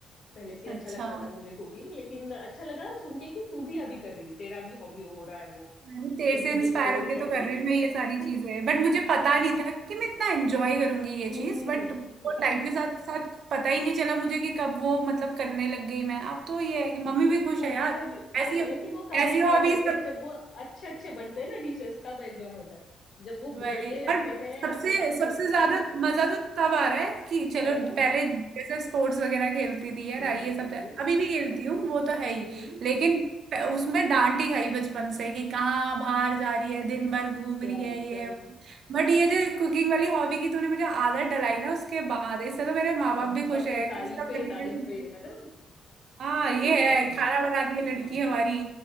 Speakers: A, on the left; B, on the right.
A: पहले से
B: अच्छा
A: ही अच्छा लगता था मुझे कुकिंग लेकिन अच्छा लगा सुन के कि तू भी अभी कर रही है तेरा भी हॉबी हो रहा है वो
B: मैं भी तेरे
A: या फिर
B: से
A: तू
B: इंस्पायर
A: भी एक्सप्लोर
B: होके
A: कर
B: तो कर
A: रही
B: रही हूँ
A: है
B: मैं ये सारी चीजें
A: <laughs>
B: बट मुझे पता नहीं था कि मैं इतना एंजॉय करूंगी ये
A: हम्म
B: चीज बट वो
A: राइट
B: टाइम के साथ साथ पता ही नहीं चला मुझे कि कब वो मतलब करने लग गई मैं अब तो ये है कि मम्मी
A: ये
B: भी खुश
A: कुकिंग
B: है यार
A: वगैरह
B: ऐसी
A: हाँ, लेकिन वो कब
B: ऐसी
A: एंजॉय
B: हॉबीज
A: करते हैं
B: सब
A: जब वो अच्छे अच्छे बनते हैं ना डिशेस तब एंजॉय होता है जब वो
B: वही
A: बिगड़ने लगते
B: और
A: हैं
B: सबसे
A: बहुत
B: सबसे
A: मिस होता
B: ज्यादा
A: है
B: मजा तो तब आ रहा है कि चलो
A: हाँ
B: पहले जैसे स्पोर्ट्स वगैरह खेलती थी यार
A: हम्म
B: ये सब
A: हम्म
B: तो अभी भी खेलती हूँ वो तो है ही
A: हम्म
B: लेकिन प- उसमें डांट ही खाई बचपन से कि कहाँ बाहर जा रही है दिन भर घूम रही
A: राइट
B: है ये
A: राइट
B: बट ये जो कुकिंग वाली हॉबी की तूने मुझे आदत डलाई ना उसके बाद इससे तो मेरे माँ बाप
A: अभी
B: भी
A: सब
B: खुश है
A: तो
B: कुछ
A: तारीफे
B: तो करने
A: तारीफे
B: के लिए
A: है ना
B: हाँ
A: मम्मी
B: ये
A: तो खुश
B: है
A: होगी
B: खाना बना रही है लड़की
A: आंटी
B: हमारी